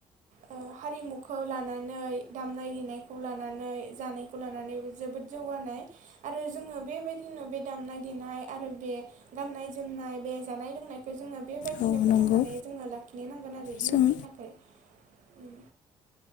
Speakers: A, on the right (about 65°); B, on the left (about 70°).
A: ओ हारिमुखौ लानानै दामनाय देनायखौ लानानै जानायखौ लानानै जोबोद जौगानाय आरो जोङो बेबायदि नो बे दामनाय देनाय आरो बे गाननाय जोमनाय बे जानाय लोंनायखौ जोङो बेबायदिनो
B: औ
A: फोथांनानै
B: नंगौ
A: जोङो लाखिनो नांगोन आरो इयुननि
B: जों
A: थाखाय। ओम